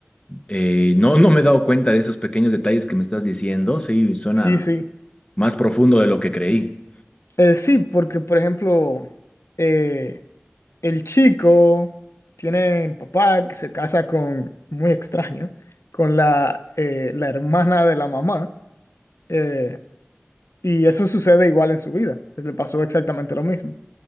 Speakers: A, on the left; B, on the left.
A: Eh, no, no me he dado cuenta de esos pequeños detalles que me estás diciendo. Sí, suena
B: Sí, sí.
A: más profundo de lo que creí.
B: Eh, sí, porque por ejemplo, eh, El chico tiene el papá que se casa con, muy extraño, con la, eh, la hermana de la mamá. eh, y eso sucede igual en su vida. Le pasó exactamente lo mismo